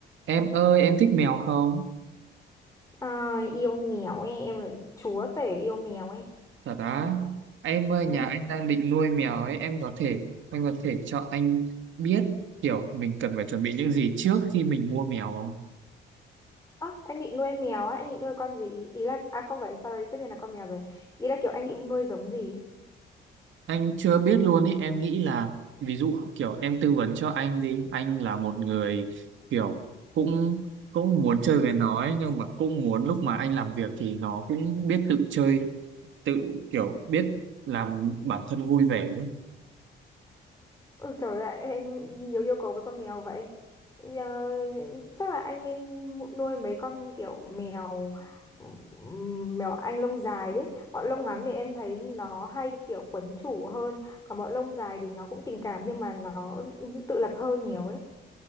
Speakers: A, on the right; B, on the left.
A: Em ơi, em thích mèo không?
B: À, yêu mèo ấy, em là chúa tể yêu mèo ấy.
A: Thật á, em ơi,
B: Ừ.
A: nhà anh đang định nuôi mèo ấy, em có thể, anh có thể cho anh biết kiểu mình cần phải chuẩn bị những gì trước khi mình mua mèo không?
B: Ơ, anh định nuôi mèo á, anh định nuôi con gì? Ý là, à không phải, sorry, tất nhiên là con mèo rồi. Ý là kiểu anh định nuôi giống gì?
A: Anh chưa biết luôn ý, em nghĩ là, ví dụ kiểu em tư vấn cho anh đi, anh là một người kiểu cũng cũng muốn chơi với nó ấy, nhưng mà cũng muốn lúc mà anh làm việc thì nó cũng biết tự chơi, tự kiểu biết làm bản thân vui vẻ ấy.
B: Ôi trời ơi, anh nhiều yêu cầu với con mèo vậy. Ờ, chắc là anh nên nuôi mấy con kiểu mèo ừm, mèo anh lông dài ấy. Bọn lông ngắn thì em thấy nó hay kiểu quấn chủ hơn, còn bọn lông dài thì nó cũng tình cảm nhưng mà nó tự lập hơn nhiều ấy.